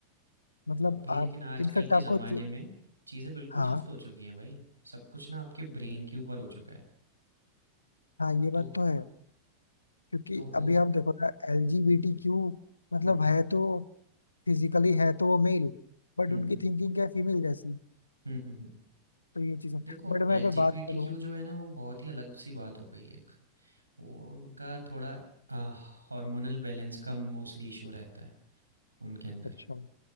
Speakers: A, on the left; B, on the right.
A: मतलब
B: अभी लेकिन
A: आप
B: आजकल
A: इनफेक्ट
B: के ज़माने
A: आपको च-
B: में चीज़ें बिल्कुल
A: हाँ
B: शिफ्ट हो चुकी हैं भाई सब कुछ ना आपके ब्रेन के ऊपर हो चुका है
A: हाँ ये
B: तो
A: बात तो है क्योंकि
B: तो वो
A: अभी आप देखो ना एलजीबीटीक्यू
B: हम्म
A: मतलब
B: हम्म
A: है तो फिजिकली है तो वो मेल बट
B: हम्म
A: उनकी थिंकिंग क्या है फीमेल जैसी
B: हम्म हम्म हम्म।
A: तो ये चीजें
B: देखो
A: बट मैं
B: L
A: अगर
B: G
A: बात
B: B T
A: करूँ
B: Q जो है ना वो बहुत ही अलग सी बात हो गई है एक वो उनका थोड़ा अ, हार्मोनल बैलेंस का मोस्टली इशू रहता है उनके अंदर
A: अच्छा